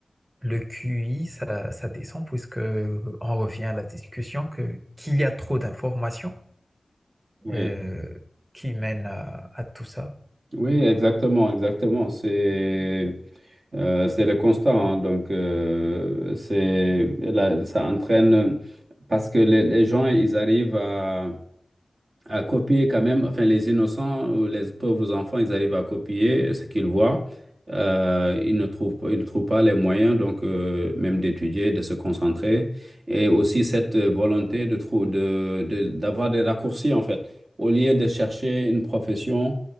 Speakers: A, on the right; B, on the right.
A: le QI, ça, ça descend puisque euh, on revient à la discussion que qu'il y a trop d'informations
B: oui.
A: euh, qui mènent à, à tout ça.
B: Oui, exactement, exactement. C'est euh, c'est le constat. hein. Donc, euh, c'est, là, ça entraîne parce que les, les gens, ils arrivent à, à copier quand même, enfin les innocents ou les pauvres enfants, ils arrivent à copier ce qu'ils voient. Euh, ils ne trouvent pas, ils ne trouvent pas les moyens, donc euh, même d'étudier, de se concentrer, et aussi cette euh, volonté de trou- de, de- d'avoir des raccourcis en fait. Au lieu de chercher une profession,